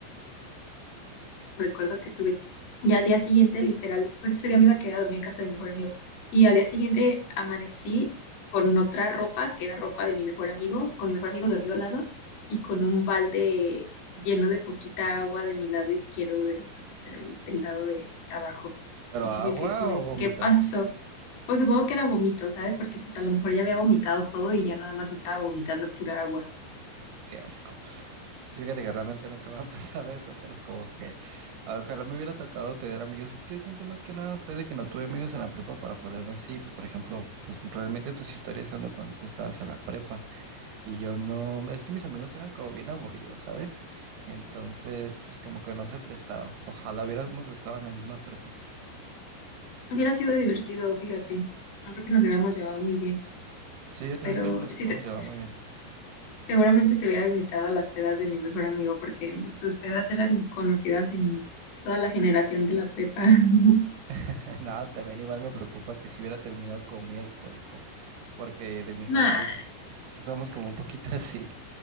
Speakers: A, on the left (about 65°); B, on the right (about 80°).
A: recuerdo que tuve. Y al día siguiente, literal, pues ese día me iba a quedar a dormir en casa de mi mejor amigo. Y al día siguiente amanecí con otra ropa, que era ropa de mi mejor amigo, con mi mejor amigo dormido al lado y con un balde lleno de poquita agua de mi lado izquierdo de la cama, o sea, del, del lado de pues, abajo.
B: ¿Pero
A: Y sí me
B: agua
A: quedé como de,
B: o bombito?
A: ¿qué pasó? Pues supongo que era vómito, ¿sabes? Porque pues a lo mejor ya había vomitado todo y ya nada más estaba vomitando pura agua.
B: <laughs> Qué asco. Sí, fíjate que realmente nunca me ha <laughs> pasado eso, pero como que ojalá me hubiera tocado tener amigos. Es que siento más que nada fue de que no tuve amigos en la prepa para poderme así. Pues, por ejemplo, pues realmente tus historias son de cuando tú estabas en la prepa y yo no. Es que mis amigos eran como bien aburridos, ¿sabes? Entonces, pues como que no se prestaba. Ojalá hubiéramos estado en la misma prepa.
A: Hubiera sido divertido, fíjate. No creo que nos hubiéramos llevado muy bien,
B: Sí, yo también
A: pero
B: creo que nos
A: sí,
B: hubiéramos
A: te-
B: llevado muy bien.
A: seguramente te hubiera invitado a las pedas de mi mejor amigo porque sus pedas eran conocidas en toda la generación de la prepa. <laughs>
B: <laughs> Nada, más también igual me preocupa que si hubiera terminado como muy alcohólico. porque de mi
A: Nah,
B: familia sí, sí somos como un poquito <laughs> así,